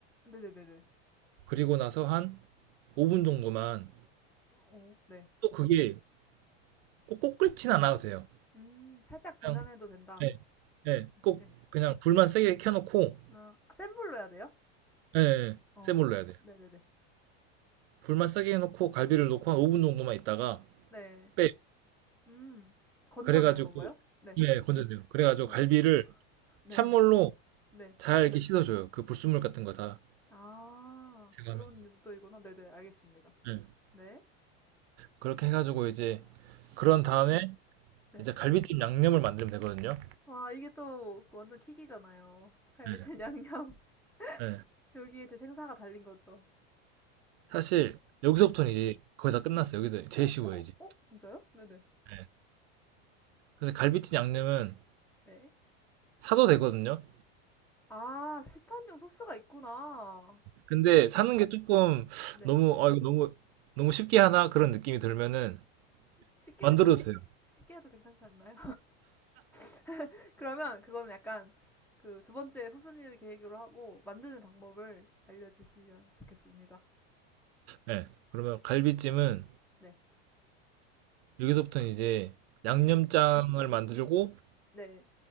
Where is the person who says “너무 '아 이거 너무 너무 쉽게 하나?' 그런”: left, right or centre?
Right